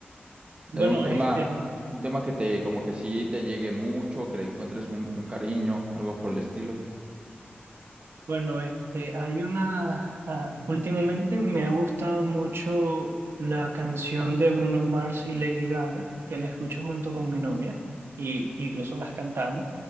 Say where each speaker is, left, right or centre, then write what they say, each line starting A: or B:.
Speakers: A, on the right; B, on the right.
A: De
B: Bueno,
A: un tema,
B: este.
A: un tema que te, como que sí te llegue mucho, que le encuentres un, un cariño, algo por el estilo.
B: Bueno, este, hay una, ah, últimamente me ha gustado mucho la canción de Bruno Mars y Lady Gaga, que la escucho junto con mi novia y incluso las cantamos.